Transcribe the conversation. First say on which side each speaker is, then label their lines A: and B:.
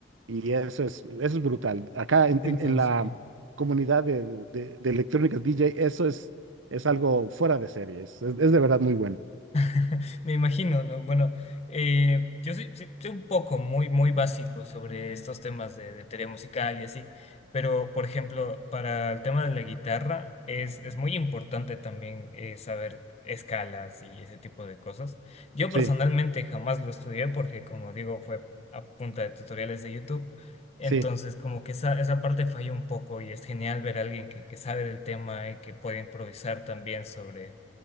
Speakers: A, on the right; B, on the left.
A: y eso es, eso es brutal. Acá en,
B: Uy,
A: en- en
B: no,
A: la
B: sí.
A: comunidad de, de, de electrónicas DJ, eso es, es algo fuera de serie, es, es- es de verdad muy bueno.
B: <laughs> Me imagino, ¿no? Bueno, eh, yo soy, soy- soy un poco muy, muy básico sobre estos temas de, de teoría musical y así, pero por ejemplo, para el tema de la guitarra es, es muy importante también eh, saber escalas y ese tipo de cosas. Yo
A: Sí,
B: personalmente jamás lo estudié porque, como digo, fue a punta de tutoriales de YouTube, entonces
A: sí.
B: como que esa, esa parte falló un poco y es genial ver a alguien que, que sabe del tema y que puede improvisar también sobre